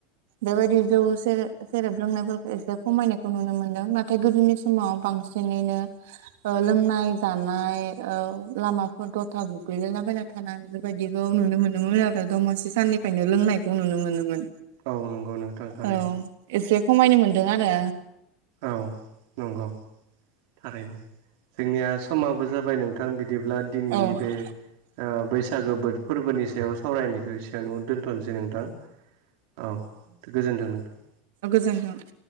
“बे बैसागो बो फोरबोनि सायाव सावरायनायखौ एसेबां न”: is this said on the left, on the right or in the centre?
Right